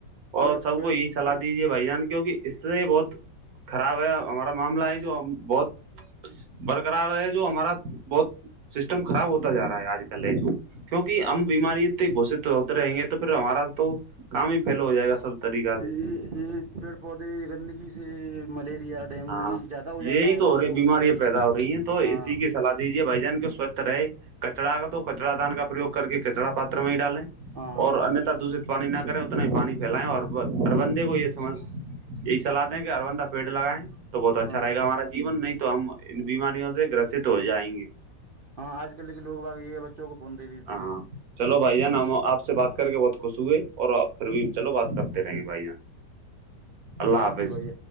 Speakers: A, on the right (about 60°); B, on the right (about 80°).
A: اور
B: پیڑ
A: سب
B: پیڑ
A: کو یہی سلاح دیجے بھائی جان کیونکہ اس سے بہت خراب ہے ہمارا معاملہ ہے جو ہم بہت برقرار رہ ہے جو ہمارا بہت سسٹم خراب ہوتا جا رہا ہے آج کل ہے جو کیونکہ ہم بیماری ت گھوشت ہوتے رہیں گے تو پھر ہمارا تو کام ہی فیل ہو جائے گا سب طریقہ
B: یہ
A: سے
B: پیڑ پودے گندگی سے ملیریا ڈینگو
A: ہاں
B: یہ زیادہ ہو جاتا
A: یہی
B: ہے
A: تو
B: بچوں
A: ہو رہی بیماریاں
B: بچوں
A: پیدا ہو رہی ہیں تو
B: ہاں
A: اسی کی سلاح دیجے بھائی جان کے سوستھ رہے کچڑا کا تو کچڑا دان کا پروگ کر کے کچڑا پاتر میں ہی ڈالیں
B: ہاں
A: اور دوشت پانی نہ کریں اتنا ہی پانی پھیلیں اور ہر بندے کو ایے سمجھ یہی سلاح دیں کہ اروندہ پیڑ لگائیں تو بہت اچھا
B: ہاں
A: رہے گا ہمارا جیون نہیں تو ہم بھی بیماریوں سے گرست ہو جائیں گے
B: ہاں آج کل کے لوگ باقی یہ بچوں کو فون دے دیتے
A: ہاں
B: ہیں
A: چلو بھائی جان ہم آ سے بات کر کے بہت خوش ہوئے اور پھر بھی چلو بات کرتے رہ بھائی جان اللہ
B: اوکے
A: حافظ
B: بھائی